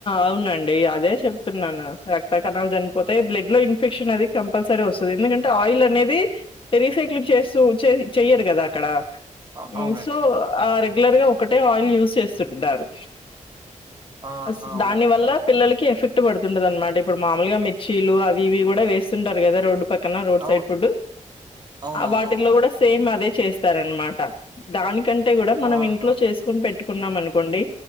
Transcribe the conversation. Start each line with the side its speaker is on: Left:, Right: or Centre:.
Left: అవునండి అదే చెప్తున్నాను. రక్త కణాలు చన్పోతే బ్లడ్ లో ఇన్ఫెక్షన్ అది కం పల్సరీ వస్తుది ఎందుకంటే ఆయిల్ అనేది రీసైక్లింగ్ చేస్తూ చేయ్ చెయ్యరు కదా అక్కడ
Right: అ
Left: ఊ
Right: అవునండి.
Left: సో ఆ రెగ్యులర్ గా ఒకటే ఆయిల్ యూస్ చేస్తుంటారు
Right: ఆహా!
Left: అస్ దాని
Right: ఓకే.
Left: వల్ల పిల్లలకి ఎఫె ట్ పడుతుంటది అనమాట ఇప్పుడు మామూలుగా మిర్చీలు అవి ఇవి కూడా వేస్తుంటారు కదా రోడ్డు ప క్కన రోడ్
Right: అవును.
Left: సైడ్ ఫుడ్
Right: అవునవునవును.
Left: ఆ వాటిల్లో కూడా సేమ్ అదే చేస్తారనమాట దానికంటే గూడా మనం
Right: ఆహా!
Left: ఇంట్లో చేసుకొని పెట్టుకున్నాం అనుకోండి